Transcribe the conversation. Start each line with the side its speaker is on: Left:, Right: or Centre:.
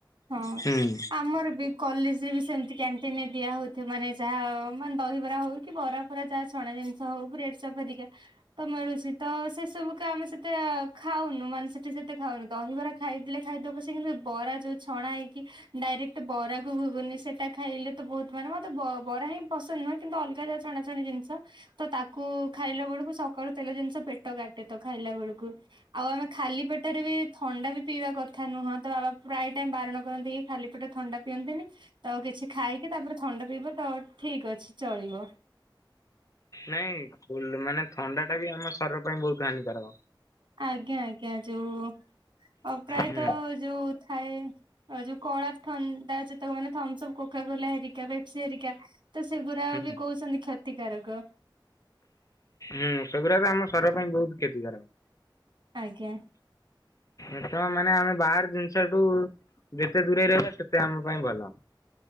Right: ହଁ
Left: ହୁଁ
Right: ଆମର ବି କଲେଜ୍ ରେ ବି ସେମିତି କ୍ୟାଣ୍ଟିନ ଦିଆ ହଉଥିବ ମାନେ ଯାହା ମାନେ ଦହିବରା ହଉ କି ବରା ପୁରା ଯାହା ଛଣା ଜିନିଷ ହଉ ବ୍ରେଡ ଚପ୍ ହେରିକା ତ ମିଳୁଚି ତ ସେ ସବୁକୁ ଆମେ ସେତେ ଖାଉନୁ ମାନେ ସେଠି ସେତେ ଖାଉନୁ ଦହିବରା ଖାଇଦେଲେ ଖାଇଦବୁ ପଛେ କିନ୍ତୁ ଏ ବରା ଯଉ ଛଣା ହେଇକି ଡାଇରେକ୍ଟ ବରା କୁ ଘୁଗୁନି ସେଟା ଖାଇଲେ ତ ବହୁତ ମାନେ ମତେ ବ- ବରା ହିଁ ପସନ୍ଦ୍ ନୁହେଁ କିନ୍ତୁ ଅଲଗା ଯେ ଛଣାଛଣି ଜିନିଷ ତ ତାକୁ ଖାଇଲା ବଳକୁ ସ କଲ୍ ତେଲ ଜିନିଷ ପେଟ କାଟେ ତ ଖାଇଲା ବେଳକୁ ଆଉ ଆମେ ଖାଲି ପେଟରେ ବି ଥଣ୍ଡା ବି ପିଇବା କଥା ନୁହଁ ତ ବା <unintelligible> ଦେମ୍ ବାରଣ କରନ୍ତି କି ଖାଲି ପେଟରେ ଥଣ୍ଡା ପିଅନ୍ତିନି। ତ କିଛି ଖାଇକି ତାପରେ ଥଣ୍ଡା ପିଇବ ତ ଠିକ୍ ଅଛି ଚଳିବ।
Left: ନାଇଁ ଫୁଲ୍ ମାନେ ଥଣ୍ଡାଟା ବି ଆମ ଶରୀର ପାଇଁ ବହୁତ୍ ହାନିକାରକ।
Right: ଆଜ୍ଞା- ଆଜ୍ଞା ଯଉ ଅ-ଅ-ପ୍ରାୟତ
Left: ହୁଁ
Right: ଯଉ ଥାଏ ଆଉ ଯଉ କଳା ଥଣ୍ଡା ଯେତେ ମାନେ ଥମସ୍ପ୍ କୋକାକୋଲା ହେରିକା ପେପ୍ସି ହେରିକା ତ ସେଗୁରା
Left: ହୁଁ।
Right: ବି କହୁଚନ୍ତି କ୍ଷତିକାରକ।
Left: ହୁଁ ସେଗୁରା ବି ଆମ ଶରୀର ପାଇଁ ବହୁତ୍ କ୍ଷତିକାରକ।
Right: ଆଜ୍ଞା।
Left: ଏ ତ ମାନେ ଆମେ ବାହାର ଜିନିଷଠୁ ଯେତେ ଦୂରେଇ ରହିବା ସେତେ ଆମ ପାଇଁ ଭଲ।